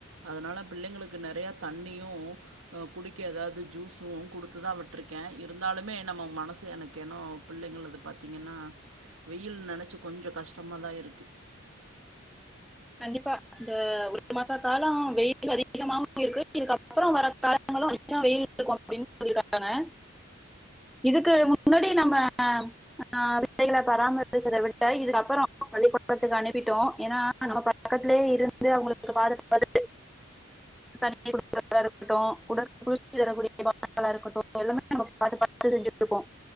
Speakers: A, on the right; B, in the centre.
A: அதனால பிள்ளைங்களுக்கு நெறைய தண்ணியு குடிக்க ஏதாவது ஜூஸு குடுத்துதா விட்ருக்கே இருந்தாலுமே நம்ம மனசு எனக்கு ஏனோ பிள்ளைங்களது பாத்தீங்கன்னா வெயில் நெனச்சி கொஞ்சோ கஷ்டமா தா இருக்கு
B: கண்டிப்பா இந்த ஒரு மாச காலோ வெயில் அதிகமாவு இருக்கு இதுக்கப்புறோ வர காலங்களு அதிகமா இன்னோ வெயில் இருக்கோ அப்டின்னு சொல்லிருக்காங்கங்க இதுக்கு முன்னாடி நம்ம ஆ விதைகள பராமரிச்சத விட இதுக்கப்புறோ பள்ளிக்கொடத்துக்கு அனுப்பிட்டோ ஏன்னா நம்ம பக்கத்துலயே இருந்து அவுங்குளுக்கு பாதுகாப்பது
A: உ
B: ஸ்தண்ணி குடுக்கறதா இருக்கட்டோ உடற் குளிர்ச்சி தரக்கூடிய <unintelligible> இருக்கட்டோ எல்லாமே நம்ம பாத்து பாத்து செஞ்சுட் இருப்போ